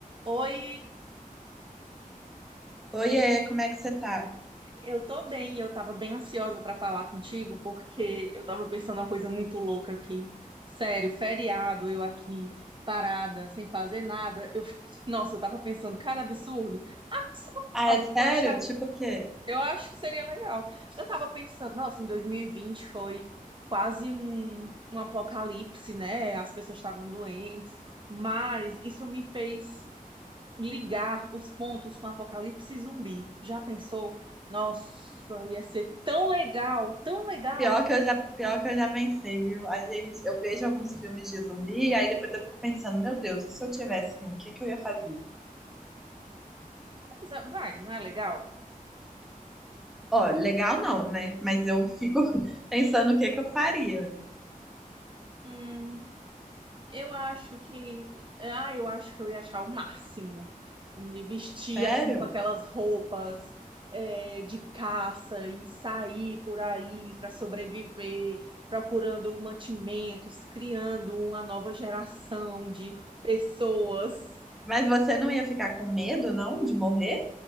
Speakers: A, on the right; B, in the centre.
A: Oi,
B: Oiê, como é que você tá?
A: eu tô bem. Eu tava bem ansiosa pra falar contigo porque eu tava pensando uma coisa muito louca aqui. Sério, feriado, eu aqui parada, sem fazer nada. Eu, fico- <laughs> nossa, eu tava pensando cada absurdo. Absurdo
B: Ah,
A: não,
B: é sério?
A: não achava.
B: Tipo o quê?
A: Eu acho que seria legal. Eu tava pensando, nossa, em 2020 foi quase um, um apocalipse, né? As pessoas estavam doentes, mas isso me fez ligar os pontos com Apocalipse Zumbi. Já pensou? Nossa, ia ser tão legal, tão legal.
B: Pior que eu já, pior que eu já pensei, viu? A gente, eu vejo alguns filmes de zumbi e aí depois eu fico pensando, meu Deus, e se eu tivesse um, o que que eu ia fazer?
A: Mas, ah, Vai, não é legal?
B: Ó, legal não, né? Mas eu fico <laughs> pensando o que que eu faria.
A: Hum, eu acho que. Ah, eu acho que eu ia achar o máximo. Me vestir
B: Sério?
A: assim com aquelas roupas é, de caça e sair por aí para sobreviver, procurando mantimentos, criando uma nova geração de pessoas.
B: Mas você não ia ficar com medo, não, de morrer?